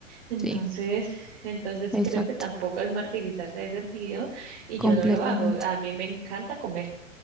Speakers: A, on the right (about 50°); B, in the centre.
A: Entonces,
B: sí,
A: entonces
B: exacto,
A: creo que tampoco es martirizarse de sentido y
B: completamente.
A: yo no lo hago. A mí me encanta comer.